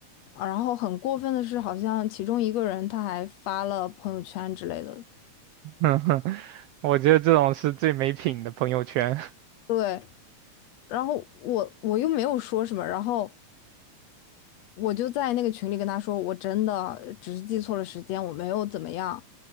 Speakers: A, on the left (about 70°); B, on the right (about 85°).
A: 啊然后很过分的是，好像其中一个人他还发了朋友圈之类的，
B: <laughs> 我觉得这种是最没品的朋友圈。
A: 对，然后我我又没有说什么，然后我就在那个群里跟他说，我真的只是记错了时间，我没有怎么样，